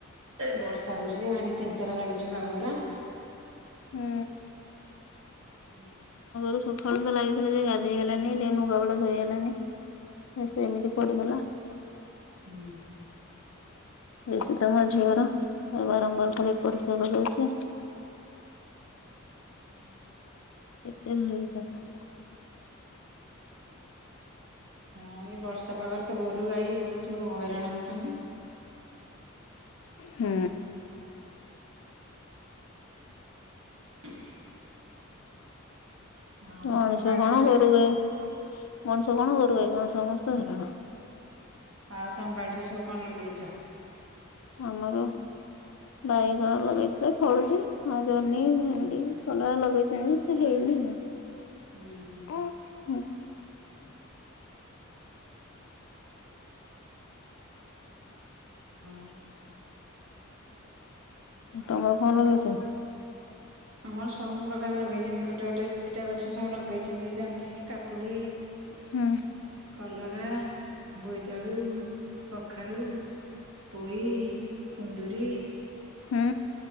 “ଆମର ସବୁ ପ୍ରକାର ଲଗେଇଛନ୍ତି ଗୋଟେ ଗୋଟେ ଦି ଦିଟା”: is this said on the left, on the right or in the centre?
Right